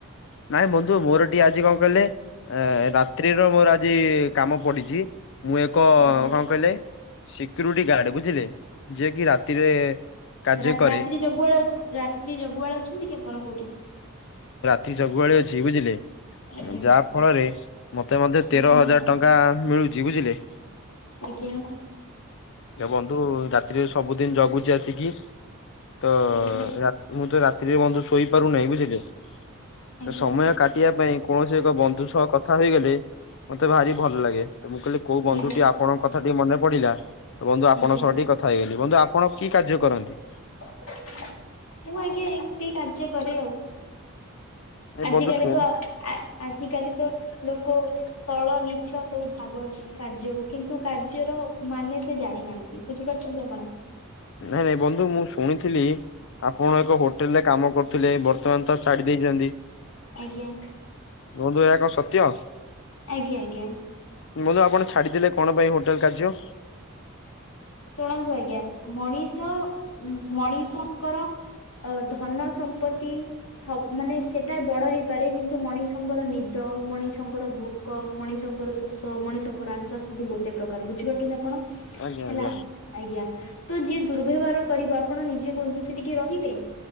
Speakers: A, on the left; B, on the left.
A: ନାଇଁ ବନ୍ଧୁ ମୋରୋ ଟିକେ ଆଜି କଁ କହିଲେ। ଏଁ ରାତ୍ରିର ମୋର ଆଜି କାମ ପଡିଚି ମୁଁ ଏକ
B: ଆଜ୍ଞା
A: କଁ କହିଲେ। ଶିକ୍ରୁଟି ଗାର୍ଡ ବୁଝିଲେ ଯିଏ କି ରାତିରେ। କାର୍ଯ୍ୟ
B: ରାତ୍
A: କରେ
B: ରାତ୍ରି ଜଗୁଆଳ ଅଛ ରାତ୍ରି ଜଗୁଆଳ ଅଛନ୍ତି କି ଆପଣ କୋଉଠି।
A: ତି ଜଗୁଆଳି ଅଛି ବୁଝିଲେ
B: ଆଜ୍ଞା
A: ଯାହା ଫଳରେ ମତେ ମଧ୍ୟ ତେର
B: ଆଜ୍ଞା
A: ହଜାର ଟ ଙ୍କା ମିଳୁଚି ବୁଝିଲେ।
B: ଆଜ୍ଞା।
A: ବନ୍ଧୁ ରାତିରେ ସବୁଦିନ ଜଗୁଛି ଆସିକି। ତ
B: ଆଜ୍ଞା
A: ରାତ୍ ମୁଁ ତ ରାତ୍ରିରେ ବନ୍ଧୁ ଶୋଇପାରୁନାହିଁ ବୁଝିଲେ।
B: ଆଜ୍ଞା
A: ତ ସମୟ କାଟିବା ପାଇଁ କୌଣସି ଏକ ବନ୍ଧୁ ସହ କଥା ହୋଇଗଲେ। ମତେ ଭାରି ଭଲ ଲାଗେ ତ ମୁଁ କହିଲି କୋଉ ବନ୍ଧୁ
B: ଆଜ୍ଞା
A: ଟି ଆପଣଙ୍କ କଥା ଟିକେ ମନେ ପଡି଼ଲା। ତ ବନ୍ଧୁ ଆପଣଙ୍କ
B: ଆଜ୍ଞା
A: ସହ ଟିକେ କଥା ହେଇଗଲି ବନ୍ଧୁ ଆପଣ କି କାର୍ଯ୍ୟ କରନ୍ତି?
B: ମୁଁ ଆଜ୍ଞା ଏମନ୍ତି କାର୍ଯ୍ୟ କରେ ଆଉ।
A: ଏ
B: ଆଜିିକାଲି
A: ବନ୍ଧୁ ଶୁଣ
B: ତ ଆ ଆଜିକାଲି ତ ଲୋକୋ। ତଳ ନିଚ୍ଚ ସବୁ ଭାବନ୍ତି କାର୍ଯ୍ୟକୁ କିନ୍ତୁ କାର୍ଯ୍ୟର ମାନେ ସେ ଜାଣିନାହାନ୍ତି। ବୁଝିପାରୁଛନ୍ତି ଆପଣ?
A: ନାଇଁ, ନାଇଁ ବନ୍ଧୁ ମୁଁ ଶୁଣୁଥିଲି ଆପଣ ଏକ ହୋଟେଲ ରେ କାମ କରୁଥିଲେ ବର୍ତ୍ତମାନ ତ ଛାଡି ଦେଇଛନ୍ତି।
B: ଆଜ୍ଞା
A: ବନ୍ଧୁ ଏହା କଣ ସତ୍ୟ?
B: ଆଜ୍ଞା ଆଜ୍ଞା
A: ବନ୍ଧୁ ଆପଣ ଛାଡିଦେଲେ କଣ ପାଇଁ ହୋଟେଲ କାର୍ଯ୍ୟ?
B: ଶୁଣନ୍ତୁ ଆଜ୍ଞା ମଣିଷ ମ-ମଣିଷଙ୍କର ଅ ଧନ ସମ୍ପତ୍ତି ସବୁ ମାନେ ସେଟା ବଡ ହେଇପାରେ କିନ୍ତୁ ମଣିଷଙ୍କର ନିଦ, ମଣିଷଙ୍କର ଭୋ କ, ମଣିଷଙ୍କର ଶୋଷ, ମଣିଷଙ୍କର ଆଶା ସବୁ ଗୋଟେ ପ୍ରକାର, ବୁଝିପାରୁଛନ୍ତି ଆପଣ?
A: ଆଜ୍ଞା,
B: ହେଲା
A: ଆଜ୍ଞା।
B: ଆଜ୍ଞା ତ ଯିଏ ଦୁର୍ ବ୍ଯବହାର କରିବ ଆପଣ ନିଜେ କୁହନ୍ତୁ, ସେଠି କିଏ ରହିବେ?